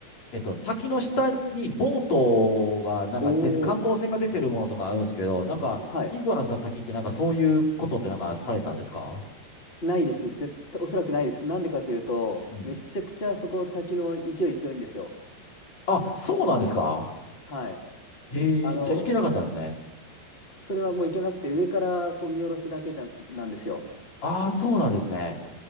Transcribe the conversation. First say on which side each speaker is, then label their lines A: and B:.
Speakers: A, on the left; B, on the left.
A: えっと、滝の下にボートが、なんかで、
B: お
A: 観光船が出てるものとかあるんですけど、
B: ー、
A: なんか、
B: はい。
A: イグアナスの滝ってなんかそういうことってなんかされたんですか
B: ないです。絶対、おそらくないです。なんでかというと、
A: うん。
B: めちゃくちゃそこ、滝の勢い強いんですよ。
A: あ、そうなんですか
B: はい。
A: ええじゃあ行けなかったんですね。
B: あの、それはもう行けなくて、上からこう見下ろすだけななんですよ。
A: ああ、そうなんですね。